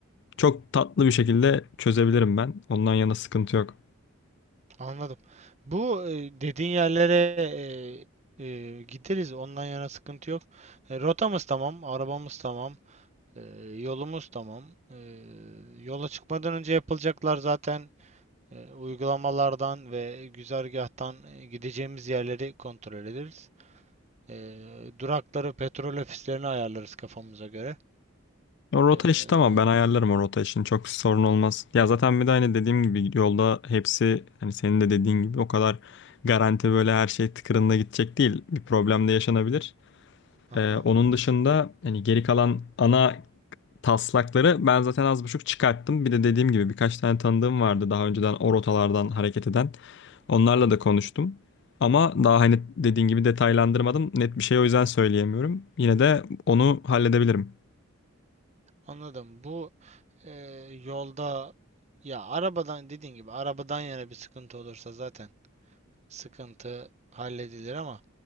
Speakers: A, on the left; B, on the right.
A: çok tatlı bir şekilde çözebilirim ben. Ondan yana sıkıntı yok.
B: Anladım. Bu e, dediğin yerlere e, e, gideriz. Ondan yana sıkıntı yok. E, rotamız tamam, arabamız tamam, e, yolumuz tamam. E, yola çıkmadan önce yapılacaklar zaten e, uygulamalardan ve güzergahtan e, gideceğimiz yerleri kontrol ederiz. E, durakları, petrol ofislerini ayarlarız kafamıza göre.
A: O rota
B: E,
A: işi tamam ben ayarlarım o rota işini çok sorun olmaz. Ya zaten bir de hani dediğim gibi yolda hepsi hani senin de dediğin gibi o kadar garanti böyle her şey tıkırında gidecek değil. Bir problem de yaşanabilir.
B: aha.
A: Ee, onun dışında hani geri kalan ana taslakları ben zaten az buçuk çıkarttım. Bir de dediğim gibi birkaç tane tanıdığım vardı daha önceden o rotalardan hareket eden. Onlarla da konuştum. Ama daha hani dediğin gibi detaylandırmadım. Net bir şey o yüzden söyleyemiyorum. Yine de onu halledebilirim.
B: Anladım. Bu e, yolda ya arabadan dediğin gibi arabadan yana bir sıkıntı olursa zaten sıkıntı halledilir ama